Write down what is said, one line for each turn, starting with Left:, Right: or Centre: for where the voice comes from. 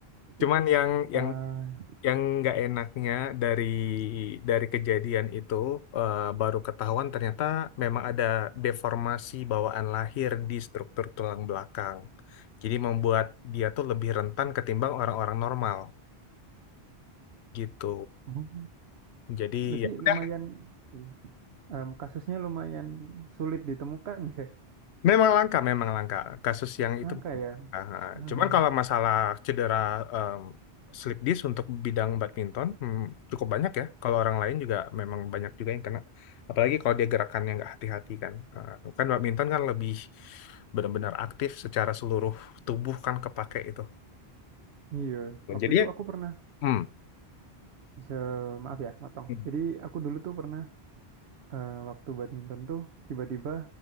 Right: Itu
Left: Cuman yang
Right: eh,
Left: yang yang nggak enaknya dari dari kejadian itu eh, baru ketahuan ternyata memang ada deformasi bawaan lahir di struktur tulang belakang. Jadi membuat dia tuh lebih rentan ketimbang orang-orang normal gitu.
Right: Oh.
Left: Jadi
Right: berarti
Left: ya udah
Right: lumayan Iya. em, kasusnya lumayan sulit ditemukan ya,
Left: Memang langka, memang langka. Kasus yang
Right: langka
Left: itu.
Right: ya.
Left: Ah, ah.
Right: Hmm,
Left: cuman kalau masalah cedera em, slip disc untuk bidang badminton hmm, cukup banyak ya. Kalau orang lain juga memang banyak juga yang kena. Apalagi kalau dia gerakannya nggak hati-hati kan. Eh, kan badminton kan lebih benar-benar aktif secara seluruh tubuh kan kepake itu.
Right: iya, waktu
Left: Jadi
Right: itu
Left: ya,
Right: aku pernah
Left: hmm.
Right: Se maaf ya, motong.
Left: Hmm.
Right: Jadi aku dulu tuh pernah eh, waktu badminton tuh tiba-tiba